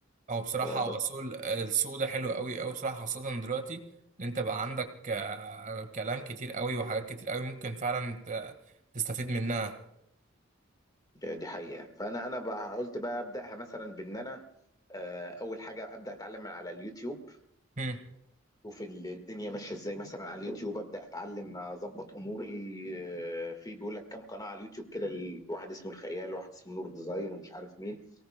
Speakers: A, on the right (about 40°); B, on the left (about 20°).
A: او بصراحه
B: آه، بس
A: هو السوق السوق ده حلو قوي قوي بصراحه خاصه دلوقتي ان انت بقى عندك آه، كلام كتير قوي وحاجات كتير قوي ممكن فعلا ت- تستفيد منها
B: دي حقيقه فانا انا بقى قلت بقى ابداها مثلا بان انا آه، اول حاجه ابدا اتعلم من على اليوتيوب
A: هم.
B: وفي الدنيا ماشيه ازاي مثلا على اليوتيوب ابدا اتعلم اظبط اموري آه، في بيقول لك كام قناه على اليوتيوب كده ال- واحد اسمه الخيال واحد اسمه نور ديزاين ومش عارف مين